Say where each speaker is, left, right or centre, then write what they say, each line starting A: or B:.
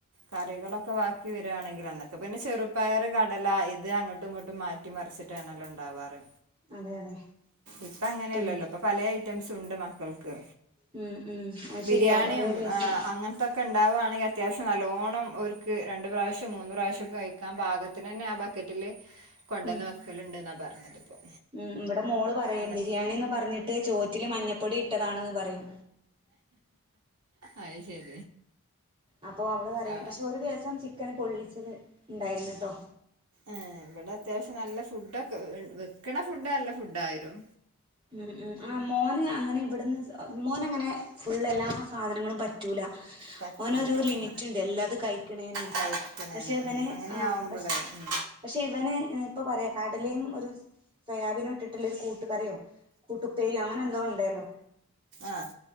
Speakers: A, on the right; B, on the right.
A: കറികളൊക്കെ ബാക്കി വരാണെങ്കി അതൊക്കെ പിന്നെ ചെറുപ്പയർ കടല ഇത് അങ്ങോട്ടും ഇങ്ങോട്ടും മാറ്റി മറിച്ചിട്ടാണല്ലോ ഉണ്ടാവാറ്
B: അതെ അതെ
A: ഇപ്പ അങ്ങനെയല്ലല്ലോ
B: പിന്നെ
A: ഇപ്പൊ പല ഐറ്റംസ് ഉണ്ട് മ കൾക്ക്
B: ഉം ഉം അത്
A: ബിരിയാണിം
B: ശരിയാ ഓരോ ദിവസം
A: അങ്ങ ഇത്തൊക്കെ ഉണ്ടാവാണെങ്കി അത്യാവശ്യം നല്ലോണ്ണം ഒർക്ക് രണ്ട് പ്രാവശ്യം മൂന്ന് പ്രാവശ്യം കഴിക്കാൻ പാകത്തിനന്നെ ആ ബക്കറ്റില് കൊണ്ടന്ന്
B: ഉം
A: വെക്കല്ണ്ടെന്നാ പറഞ്ഞത് ഇപ്പോ
B: ഉം ഇവിടെ മോള് പറിയ്ണ്ട്
A: അന്ന
B: ബിരിയാണിന്ന് പറഞ്ഞിട്ട് ചോറ്റില് മഞ്ഞപ്പൊടി ഇട്ടതാണെന്ന് പറയും
A: അഹ് ശരി
B: അപ്പോ അവള് പറയും
A: ആ,
B: പക്ഷെ ഒരു ദിവസം ചിക്കന് പൊള്ളിച്ചത് ഉണ്ടായിരുന്നുട്ടോ
A: ഏ ഇവിടെ അത്യാവശ്യം നല്ല ഫുഡൊക്കെ വെക്ണ ഫുഡ് നല്ല ഫുഡായിരും
B: ഉം ഉം ആ മോന് അങ്ങനെ ഇവിടുന്ന് മോനങ്ങനെ ഫുള് എല്ലാ സാധനങ്ങളും പറ്റൂല
A: പറ്റൂല
B: ഓനോരു ലിമിറ്റ്ണ്ട്
A: ആ
B: എല്ലാതും കഴിക്ക്ണേനെ
A: കഴിക്കണ
B: പക്ഷെ ഇവന്
A: അങ്ങനെ
B: ആ
A: ആവുമ്പോളേ
B: പക്ഷ
A: ഉം
B: പക്ഷെ ഇവന് ഇപ്പൊ പറയാ കടലിം ഒരു സ്വയാബിനും ഇട്ടിട്ടുള്ള ഒരു കൂട്ടുകറിയോ കൂട്ടുപ്പേരി അങ്ങനെ എന്തോ ഉണ്ടേല്ലോ
A: ആഹ്